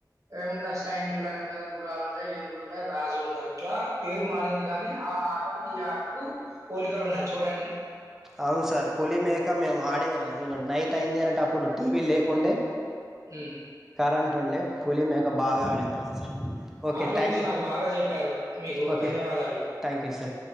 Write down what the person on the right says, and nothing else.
ఏముంట కులని ఉంటాయి గుర్రాలు ఉంటాయి ఏనుగులు ఉంటాయి రాజు ఉంటారు ఇట్లా పేరు మారింది కాగాని ఆ ఆటకు ఈ ఆటకు పోలికలు ఉన్నాయి చూడండి
ఉమ్
ఆటల
గురించి
నాకు బాగా చెప్పారు మీకు
ధన్యవాదాలు